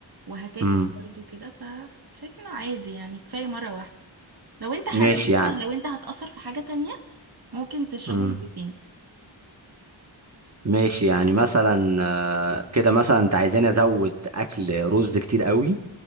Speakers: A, on the right; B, on the right.
A: وهتاكل
B: امم
A: برضو كده فشايفه انه عادي يعني كفايه مره واحده لو انت حابب
B: ماشي
A: مثلا
B: يعني
A: لو انت هتأثر في حاجه تانية ممكن تشربه
B: امم
A: مرتين
B: ماشي يعني مثلا آه، كده مثلا انت عايزاني ازود اكل رز كتير قوي